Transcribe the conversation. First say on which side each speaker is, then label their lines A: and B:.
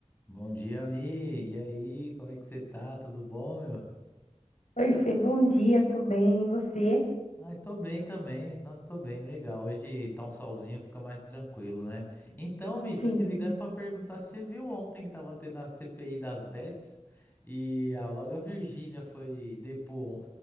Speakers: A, on the left (about 15°); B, on the left (about 80°).
A: Bom dia, Mi. E aí, como é que você tá? Tudo bom, meu?
B: Oi, Fê, bom dia, tô bem, e você?
A: Ai, tô bem também. Nossa, tô bem, legal. Hoje tá um solzinho, fica mais tranquilo, né? Então, Mi, tô
B: Sim,
A: te ligando pra perguntar se você viu ontem que tava tendo a CPI das bets e a loga Virgínia foi depor.